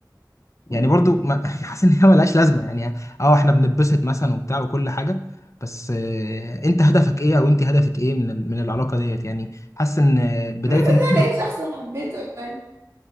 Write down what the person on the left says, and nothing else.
يعني برضو ما <laughs> حاسس ان هي ملهاش لازمه يعني اه احنا بنتبسط مثلا وبتاع وكل حاجه بس آه، انت هدفك ايه او انت هدفك ايه من ال- من العلاقه ديت يعني حاسس ان آه، بدايه
ان احنا